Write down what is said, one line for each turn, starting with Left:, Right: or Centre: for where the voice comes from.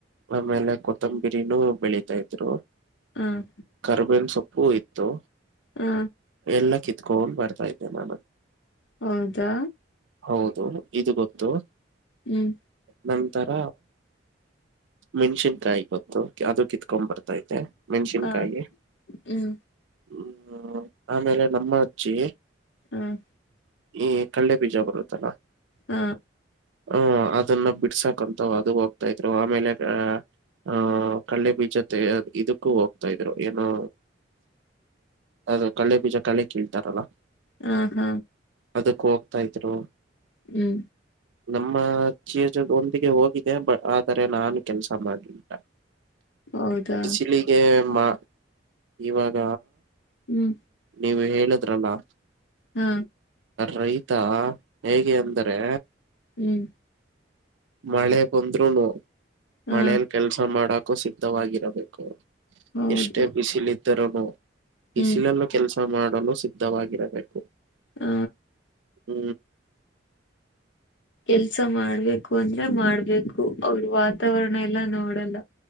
Right: ಆಮೇಲೆ ಕೊತ್ತಂಬರಿನೂ ಬೆಳೀತಾ ಇದ್ರು.
Left: ಹ್ಮ್
Right: ಕರ್ಬೇನ್ ಸೊಪ್ಪು ಇತ್ತು.
Left: ಹಾ.
Right: ಎಲ್ಲ ಕಿತ್ಕೊಂಡ್ ಬರ್ತಾ ಇದ್ದೆ ನಾನು.
Left: ಹೌದಾ.
Right: ಹೌದು ಇದು ಗೊತ್ತು.
Left: ಹ್ಮ್.
Right: ನಂತರ. ಮೆಣ್ಸಿನ್ಕಾಯಿ ಗೊತ್ತು ಅದು ಕಿತ್ಕೊಂಡ್ ಬರ್ತಾ ಇದ್ದೆ. ಮೆಣಸಿನ್ಕಾಯಿ
Left: ಹ ಹ್ಮ್
Right: ಹ್ಮ್ ಆಮೇಲೆ ನಮ್ಮ ಅಜ್ಜಿ.
Left: ಹ
Right: ಈ ಕಡ್ಲೆ ಬೀಜ ಬರುತ್ತಲ್ಲ.
Left: ಹ
Right: ಹ ಅದನ್ನ ಬಿಡ್ಸಾಕಂತವ ಅದು ಹೋಗ್ತಾ ಇದ್ರು ಆಮೇಲ ಅ ಹ ಕಲೆೆ ಬೀಜತೆ ಇದಕ್ಕೂ ಹೋಗ್ತಾ ಇದ್ರೂ ಏನೋ. ಅದು ಕಲೆೆ ಬೀಜ ಕಳೆ ಕೇಳ್ತಾರಲ್ಲ.
Left: ಹ ಹ
Right: ಅದಕ್ಕ ಹೋಗ್ತಾ ಇದ್ರು.
Left: ಹ್ಮ.
Right: ನಮ್ಮ ಚಿಜ ಒಂದಿಗೆ ಹೋಗಿದೆ ಬ ಆದರೆ ನಾನು ಕೆಲ್ಸ ಮಾಡ್ಲಲ
Left: ಹೌದಾ
Right: ಬಿಸಿಲಿಗೆ ಮಾ ಇವಾಗ
Left: ಹ್ಮ
Right: ನೀವು ಹೇಳುದ್ರಲ್ಲ.
Left: ಹಾ
Right: ರೈತ ಹೇಗೆ ಅಂದ್ರೆ
Left: ಹ್ಮ
Right: ಮಳೆ ಬಂದ್ರುನು
Left: ಹಾ
Right: ಮಳೇಲಿ ಕೆಲ್ಸ ಮಾಡಕು ಸಿದ್ಧವಾಗಿರಬೇಕು.
Left: ಹೌದು
Right: ಎಷ್ಟೇ ಬಿಸಲ ಇದ್ದರನು ಬಿಸಿಲಲ್ಲ
Left: ಹ್ಮ್
Right: ಕೆಲಸ ಮಾಡಲು ಸಿದ್ಧವಾಗಿರಬೇಕು.
Left: ಹಾ
Right: ಹ್ಮ
Left: ಕೆಲ್ಸ ಮಾಡ್ಬೇಕು ಅಂದ್ರ ಮಾಡ್ಬೇಕು ಅವ್ರ ವಾತಾವರಣ ಎಲ್ಲ ನೋಡಲ್ಲ.